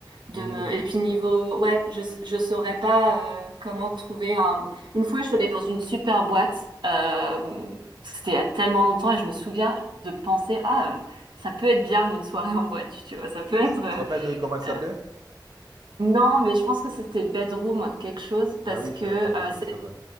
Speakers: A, on the right; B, on the right.
A: de
B: Mhm.
A: me. Et puis niveau, ouais, je, je saurais pas euh, comment trouver un. Une fois, je suis allée dans une super boîte. euh, c'était il y a tellement longtemps et je me souviens de penser, ah, euh, ça peut être bien une soirée en boîte, tu vois. Ça peut être.
B: Tu
A: euh,
B: te rappelles de comment elle s'appelait?
A: euh, non, mais je pense que c'était bedroom quelque chose parce
B: Ah oui,
A: que
B: je-
A: euh,
B: ça me dit quelque
A: c'est
B: chose, ouais.